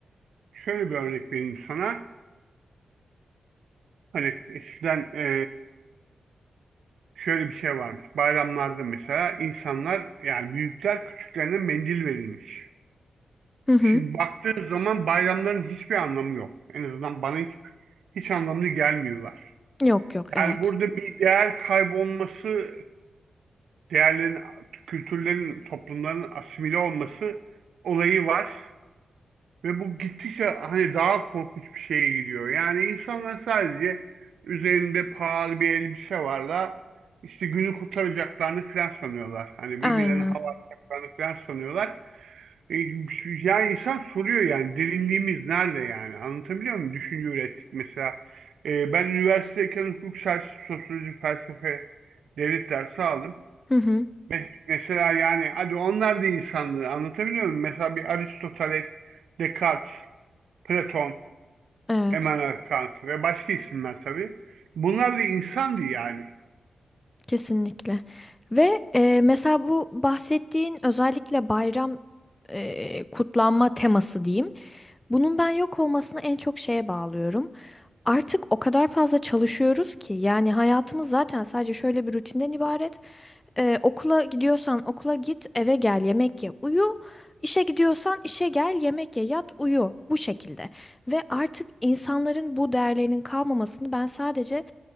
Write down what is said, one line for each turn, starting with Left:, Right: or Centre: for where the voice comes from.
Right: şöyle bir örnek vereyim sana. Hani eskiden e, şöyle bir şey varmış. Bayramlarda mesela insanlar yani büyükler küçüklerine mendil verilmiş.
Left: Hı hı.
Right: Şimdi baktığın zaman bayramların hiçbir anlamı yok. En azından bana hiç, hiç anlamlı gelmiyorlar.
Left: Yok yok evet.
Right: Yani burada bir değer kaybolması değerlerin, kültürlerin, toplumların asimile olması olayı var. Ve bu gittikçe hani daha korkunç bir şeye gidiyor. Yani insanlar sadece üzerinde pahalı bir elbise varla işte günü kurtaracaklarını falan sanıyorlar. Hani
Left: Aynen.
Right: birbirlerine hava atacaklarını falan sanıyorlar. E, Yani insan soruyor yani derinliğimiz nerede yani? Anlatabiliyor muyum? Düşünce ürettik mesela. E, ben üniversitedeyken hukuk, siyaset, sosyoloji, felsefe, devlet dersi aldım.
Left: Hı hı.
Right: Me- Mesela yani hadi onlar da insandı anlatabiliyor muyum? Mesela bir Aristoteles, Descartes, Platon,
Left: Evet.
Right: Immanuel Kant ve başka isimler tabii. Bunlar da insandı yani.
Left: Kesinlikle. Ve e, mesela bu bahsettiğin özellikle bayram e, kutlanma teması diyeyim. Bunun ben yok olmasını en çok şeye bağlıyorum. Artık o kadar fazla çalışıyoruz ki yani hayatımız zaten sadece şöyle bir rutinden ibaret. Ee, okula gidiyorsan okula git, eve gel, yemek ye, uyu. İşe gidiyorsan işe gel, yemek ye, yat, uyu. Bu şekilde. Ve artık insanların bu değerlerinin kalmamasını ben sadece